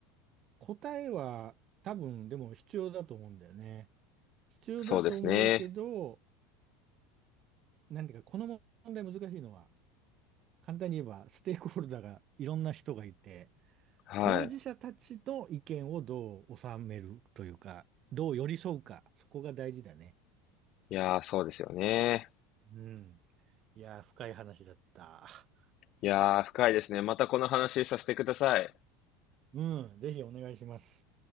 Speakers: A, on the right; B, on the left.
A: 答えは多分でも必要だと思うんだよね。必要だと思うけど、
B: そうですね。
A: なんていうか、この問題難しいのは、簡単に言えば、ステークホルダーがいろんな人がいて、
B: はい。
A: 当事者たちの意見をどう収めるというか、どう寄り添うか、そこが大事だね。
B: いやー、そうですよね。
A: うん。いやー、深い話だった。
B: いやー、深いですね。またこの話させてください。
A: うん、ぜひお願いします。